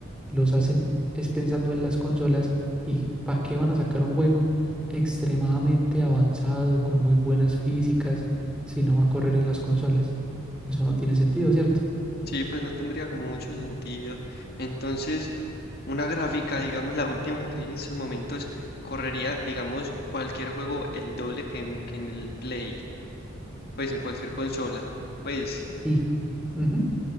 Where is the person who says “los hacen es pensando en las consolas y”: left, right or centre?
Centre